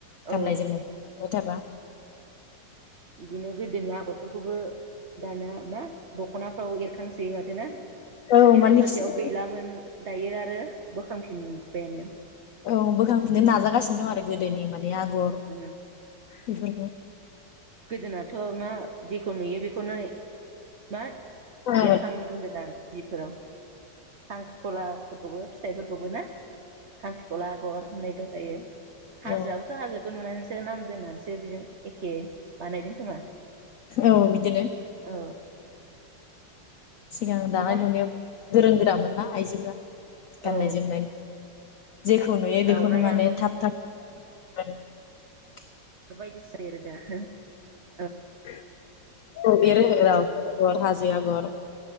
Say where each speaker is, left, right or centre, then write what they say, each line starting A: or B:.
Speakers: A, on the right; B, on the left.
A: औ
B: गाननाय जोमनाय <inaudible> थाबा‌। <inaudible>
A: दिनो गोदोनि आगरफोरखौबो दाना मा दखनाफ्राव एरखांसोयो माथो ना
B: औ
A: गेजेर
B: माने
A: ससेयाव
B: सिगां
A: गैलामोन दायो आरो बोखांफिनबायानो
B: औ बोखांफिननो नाजागासिनो दं आरो गोदोनि मा ने आगर
A: उम
B: बेफोरखौ
A: गोदोनाथ' मा जे खौ नुयो बेखौनो मा
B: औ
A: एरखाङोमोन होनदो दा जिफोराव खांख्रिखलाफोरखौबो फिथाइफोरखौबो ना। खांख्रिख'ला आगर होननाय दंलायो हाजोआबोथ'
B: औ
A: हाजोखौ नुनानैस सो नाम दोननानसो बेजों एखे बानायदों खोमा।
B: औ बिदिनो।
A: औ
B: सिगां दानाय
A: गोबां
B: लुनायाव गोरों गोरामोनना आइजोफोरा गाननाय
A: औ
B: जोमनाय जेखौ नुयो
A: दावराइ
B: बेखौनो माने
A: आगर
B: थाब थाब <unintelligible>
A: बायदिस <unintelligible>
B: <inaudible> <unintelligible> हाजो आगर